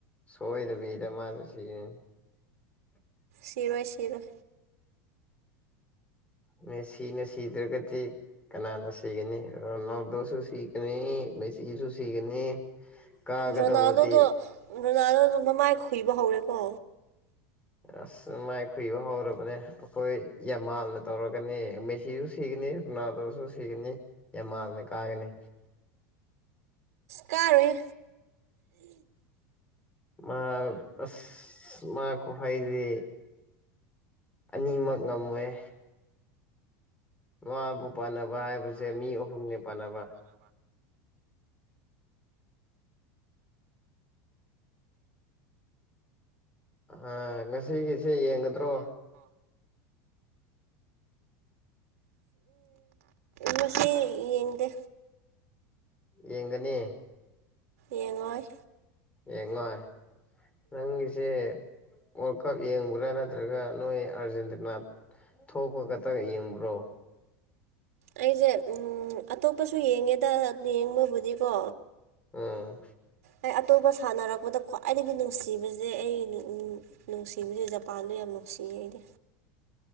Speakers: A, on the left; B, on the right.
A: ꯁꯣꯏꯗꯕꯤꯗ ꯃꯥꯁꯨ ꯁꯤꯔꯅꯤ <unintelligible>
B: ꯁꯤꯔꯣꯏ ꯁꯤꯔꯣꯏ
A: ꯅ ꯁꯤꯅꯦ ꯁꯤꯗ꯭ꯔꯒꯗꯤ ꯀꯅꯥꯅ ꯁꯤꯒꯅꯤ ꯅꯎꯗꯣꯁꯨ ꯁꯤꯒꯅꯤ ꯃꯦꯆꯁꯨ ꯁꯤꯒꯅꯤ ꯀꯥꯒꯗꯧꯕꯗꯤ
B: ꯔꯣꯅꯥꯜꯗꯣꯗꯣ ꯔꯣꯅꯥꯜꯗꯣꯗꯣ ꯃꯃꯥꯏ ꯈꯨꯨꯏꯕ ꯍꯧꯔꯦꯀꯣ
A: ꯑꯁ ꯃꯥꯏ ꯈꯨꯨꯏꯕ ꯍꯧꯔꯕꯅꯦ ꯑꯩꯈꯣꯏ ꯌꯥꯝꯃꯥꯜꯅ ꯇꯧꯔꯒꯅꯤ ꯃꯦꯁꯤꯁꯨ ꯁꯤꯒꯅꯤ ꯅꯥꯁꯨ ꯁꯤꯒꯅꯤ ꯌꯥꯝꯃꯜꯅꯦ ꯀꯥꯒꯅꯤ
B: ꯀꯥꯔꯣꯏ
A: ꯃꯥ ꯑ ꯃꯥ ꯀ ꯍꯥꯏꯗꯤ ꯑꯅꯤꯃꯛ ꯉꯝꯃꯣꯏꯦ ꯃꯥꯕꯨ ꯄꯥꯟꯅꯕ ꯍꯥꯏꯕꯁꯦ ꯃꯤ ꯑꯍꯨꯝꯅꯦ ꯄꯥꯟꯅꯕ ꯑ ꯉꯁꯤꯒꯤꯁꯦ ꯌꯦꯡꯒꯗ꯭ꯔꯣ
B: ꯎꯝꯁ ꯌꯦꯡꯗꯦ
A: ꯌꯦꯡꯒꯅꯤ
B: ꯌꯦꯉꯣꯣꯏ
A: ꯌꯦꯡꯉꯣ ꯅꯪꯒꯤꯁꯦ ꯋꯥꯔꯜ ꯀꯞ ꯌꯦꯡꯕ꯭ꯔꯥ ꯅꯠꯇ꯭ꯔꯒ ꯅꯣꯏ ꯑꯥꯔꯖꯦꯟꯇꯤꯅꯥ ꯊꯣꯛꯄ ꯈꯛꯇ ꯌꯦꯡꯕ꯭ꯔꯣ
B: ꯑꯩꯁꯦ ꯑꯇꯣꯞꯄꯁꯨ ꯌꯦꯡꯉꯦꯗ ꯌꯦꯡꯕꯕꯨꯗꯤꯀꯣ
A: ꯎꯝ
B: ꯑꯩ ꯑꯇꯣꯞꯄ ꯁꯥꯟꯅꯔꯛ ꯃꯣꯟꯗ ꯈ꯭ꯋꯥꯏꯗꯒꯤ ꯅꯨꯡꯁꯤꯕꯁꯦ ꯑꯩ ꯅꯨꯡꯁꯤ ꯅꯨꯡꯕꯁꯦ ꯖꯄꯥꯟꯗ ꯌꯥꯝ ꯅꯨꯡꯁꯤꯌꯦ ꯑꯩꯗꯤ